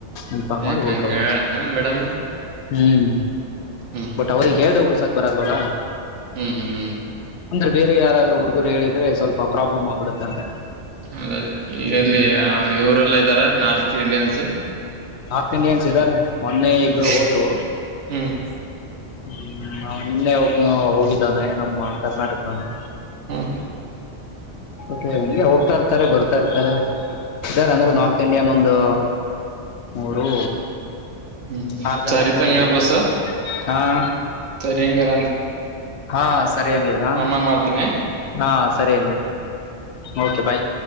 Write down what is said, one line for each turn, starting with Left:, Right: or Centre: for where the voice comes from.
Left: ಇನ್ಫಾರ್ಮ್
Right: ಯಾಕಂಗ
Left: ಮಾಡಿ ಉಳ್ಕೋಬಹುದು
Right: ಹೇಳಣ ಮೇಡಮ್
Left: ಹ್ಮ್
Right: ಹ್ಮ್
Left: ಬಟ್ ಅವರಿ ಹೇಳ್್ದೌ ಬರಬಲ
Right: ಹ್ಮ್ ಹ್ಮ್ ಹ್ಮ್
Left: ಅಂದ ಬೇರೆ ಯಾರಾದರು ಹುಡುಗರು ಹೇಳಿದ್ರೆ ಸ್ವಲ್ಪ ಪ್ರಾಬ್ಲಮ್ ಆಗ್ಬಿಡುತ್ತ ಅಂತ
Right: ಅೆ ಈಗಲ್ಲಿ
Left: ಹ್ಮ್
Right: ಇವರೆಲ್ಲ ಇದ್ದಾರ ನಾರ್ತ್ ಇಂಡಿಯನ್ಸ್
Left: ನಾರ್ತ್ ಇಂಡಿಯನ್ಸ್ ಇದ್ದಾರೆ ಮೊನ್ನೆ
Right: ಹ್ಮ್
Left: ಇಬ್ರು ಹೋದ್ರು
Right: ಹ್ಮ್
Left: ಹ್ಮ್ ನಾವನ್ನೆ ಹೋಗ ಹೋಗಿದವಾನೇ ನಮ್ಮ ಕರ್ನಾಟಕನು
Right: ಹ್ಮ್
Left: ಮತ್ತೆ ಹಗೆ ಹೋಗ್ತಾ ಇರ್ತಾರೆ ಬರ್ತಾ ಇರ್ತಾರೆ ಇದರ್
Right: ಹ್ಮ್
Left: ಅಂದ್ರೆ ನಾರ್ತ್ ಇಂಡಿಯನ್ ಒಂದು ಮೂರು
Right: ಹ್ಮ್
Left: ಆರು ಜನ
Right: ಸರಿ
Left: ಇದ್ದಾರೆ
Right: ತಂಗಾರ
Left: ಇಲ್ಲಿಗ
Right: ಬಸ್ಸ
Left: ಹಾ
Right: ಸರಿಂಗಾರ ಅಂದ
Left: ಹಾ ಸರಿ ಹಂಗಿದ್ರ
Right: ಅಮ್ಮ ಮಾಡ್ತೀನಿ
Left: ಹಾ ಸರಿ ಓಕೆ ಬಾಯ್